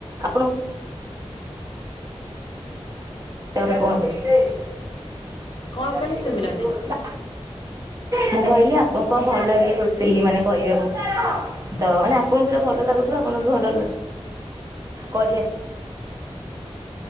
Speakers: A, on the right; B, on the left.
A: ଆପଣ <unintelligible>
B: କଣ କହିଲେ ଶୁଭିଲାନି
A: ମୁଁ କହିଲି ଆପଣଙ୍କୁ କଣ ଭଲ ଲାଗେ ରୋଷେଇ ମାନେ କହିବାକୁ? ତ ମାନେ ଆପଣଙ୍କୁ ସେଟା ଭଲ ଲାଗୁଥିବ ଆପଣଙ୍କୁ ବି ଭଲ କରିଆ